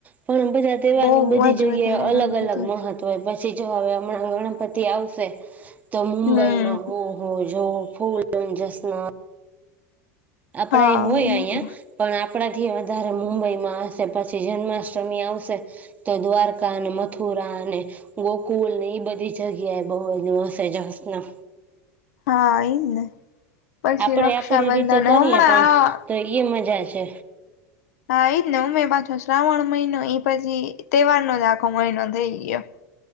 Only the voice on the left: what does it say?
બહુ
જ
વધારે
ગરદી
હતી
હમ
હા
એ
હા એઈ જ ને પછી
રક્ષાબંધન
હમણાં
આ
હા એઈજ ને ઉમે પાછો શ્રાવણ મહિનો એ પછી તહેવારનો જ આખો મહિનો થઈ ગયો.